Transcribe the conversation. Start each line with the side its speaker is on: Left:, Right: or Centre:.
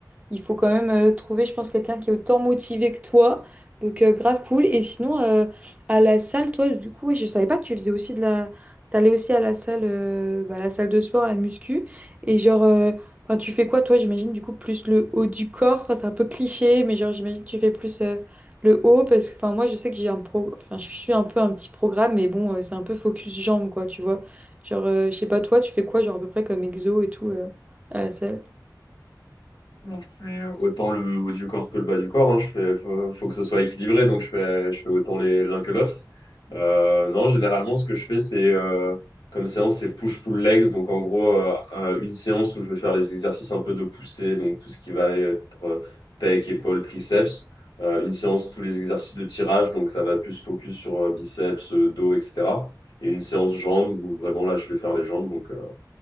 Right: il faut quand même euh, trouver, je pense, quelqu'un qui est autant motivé que toi. Donc, euh, grave cool. Et sinon, euh, à la salle, toi, du coup, ouais, je savais pas que tu faisais aussi de la... T'allais aussi à la salle, euh, bah, la salle de sport, à la muscu. Et genre, euh, enfin, tu fais quoi, toi, j'imagine, du coup, plus le haut du corps. Enfin, c'est un peu cliché, mais genre, j'imagine que tu fais plus euh, le haut. Parce que, enfin, moi, je sais que j'ai un pro... Enfin, je suis un peu un petit programme, mais bon, euh, c'est un peu focus jambes, quoi, tu vois. Genre, euh, je sais pas, toi, tu fais quoi, genre, à peu près comme exo et tout euh, à la salle?
Left: Alors, je fais autant le haut du corps que le bas du corps. hein. Je fais, faut, faut que ce soit équilibré, donc je fais, je fais autant les, l'un que l'autre. Euh, non, généralement, ce que je fais, c'est euh, comme séance, c'est push-pull legs. Donc, en gros, euh, euh, une séance où je vais faire les exercices un peu de poussée, donc tout ce qui va être euh, pec, épaule, triceps. Euh, une séance, tous les exercices de tirage, donc ça va plus focus sur euh, biceps, euh, dos, etc. Et une séance jambes où vraiment là, je vais faire les jambes. Donc, euh,